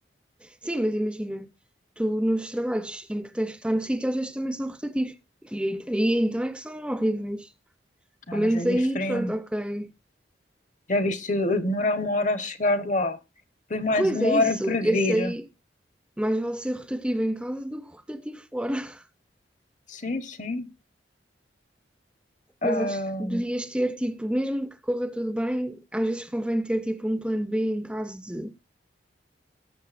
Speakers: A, in the centre; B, on the left (about 45°).
A: Sim, mas imagina, tu nos trabalhos em que tens que estar no sítio, às vezes também são rotativos. E aí então é que são horríveis.
B: Ah,
A: Ao menos
B: mas é diferente.
A: aí, pronto, ok.
B: Já viste eu demorar uma hora a chegar lá, depois mais
A: Pois
B: uma
A: é isso,
B: hora para vir.
A: esse aí mais vale ser rotativo em casa do que rotativo fora. <laughs>
B: Sim, sim. Ah,
A: Mas acho que devias ter, tipo, mesmo que corra tudo bem, às vezes convém ter, tipo, um plano B em caso de